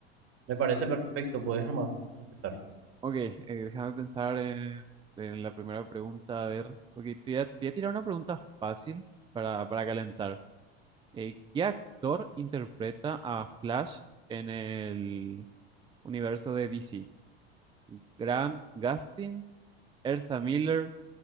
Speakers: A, on the right; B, on the right.
A: Me parece perfecto. Puedes nomás empezar.
B: Ok, eh, déjame pensar en, en la primera pregunta. A ver, ok, te voy a, te voy a tirar una pregunta fácil para, para calentar. Eh, ¿qué actor interpreta a Flash en el universo de DC? ¿Grant Gustin, Ezra Miller,